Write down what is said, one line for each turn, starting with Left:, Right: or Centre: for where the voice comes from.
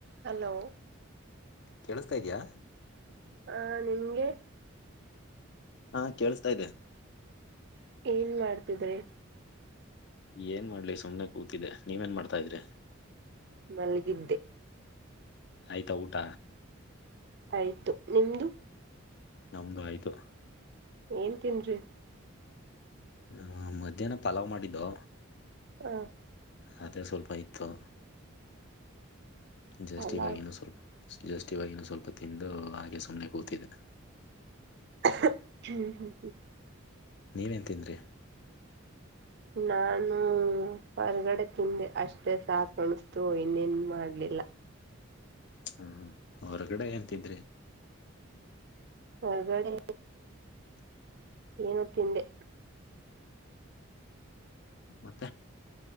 Right: Hello
Left: ಕೇಳಿಸ್ತಾ ಇದೆಯಾ.
Right: ಹಾ ನಿಂಗೆ
Left: ಹಾ ಕೇಳಸ್ತಾ ಇದೆ.
Right: ಏನ್ ಮಾಡ್ತಿದ್ರೆ.
Left: ಏನ್ ಮಾಡ್ಲಿ ಸುಮ್ನೆ ಕೂತಿದೆ ನೀವ್ ಏನ್ ಮಾಡ್ತಾ ಇದ್ರಿ.
Right: ಮಲ್ಗಿದ್ದೆ.
Left: ಆಯ್ತಾ ಊಟ.
Right: ಆಯ್ತು ನಿಮ್ದ.
Left: ನಮ್ದು ಆಯ್ತು.
Right: ಏನ್ ತಿಂದ್ರಿ.
Left: ಹ ಮಧ್ಯಾಹ್ನ ಪಲಾವ್ ಮಾಡಿದ್ದು
Right: ಹಾ
Left: ಅದೇ ಸ್ವಲ್ಪ ಇತ್ತು. ಜಸ್ಟ್
Right: ಪಲಾವ್
Left: ಈವಾಗ್ ಏನು ಸ್ವಲ್ಪ್ ಜಸ್ಟ್ ಈವಾಗ್ ಏನು ಸ್ವಲ್ಪ್ ತಿಂದು ಹಾಗೆ ಸುಮ್ಮ್ನೆ ಕೂತಿದೆ.
Right: <inaudible> ಹ್ಮ್ ಹ
Left: ನೀವ ಏನ್ ತಿಂದ್ರಿ.
Right: ನಾನು ಹೊರ್ಗಡೆ ತಿಂದೆ ಅಷ್ಟ ಮತ್ತೆ ಸಾಕಣ್ತು ಇನ್ನೇನ್ ಮಾಡ್ಲಿಲ್ಲ.
Left: ಹ್ಮ ಹೊರಗಡೆ ಏನ್ ತಿಂದ್ರಿ
Right: ಹೊರಗಡೆ ಏನು ತಿಂದೆ
Left: ಮತ್ತೆ.